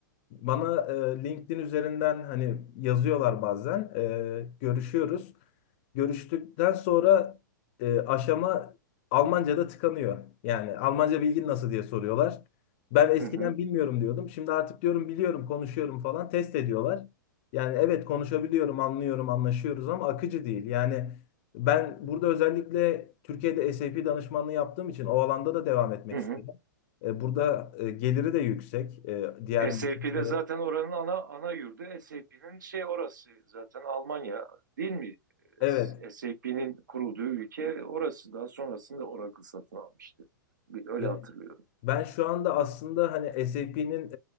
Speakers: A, on the left (about 35°); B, on the right (about 65°).
A: bana e, LinkedIn üzerinden hani yazıyorlar bazen E, görüşüyoruz. Görüştükten sonra e, aşama Almanca'da tıkanıyor. Yani Almanca bilgin nasıl diye soruyorlar. Ben eskiden
B: Hı hı,
A: bilmiyorum diyordum. Şimdi artık diyorum biliyorum, konuşuyorum falan test ediyorlar. Yani evet konuşabiliyorum, anlıyorum, anlaşıyoruz ama akıcı değil. Yani ben burada özellikle Türkiye'de SAP danışmanlığı yaptığım için o alanda da devam etmek
B: hı hı.
A: istedim. E, burada e, geliri de yüksek. E, diğer
B: SAP'de
A: mühendislere.
B: zaten oranın ana ana yurdu. SAP'nin şey orası zaten Almanya değil mi?
A: Evet.
B: SAP'nin kurulduğu ülke orası. Daha sonrasında Oracle satın almıştı. Bir, öyle
A: Ya,
B: hatırlıyorum.
A: ben şu anda aslında hani SAP'nin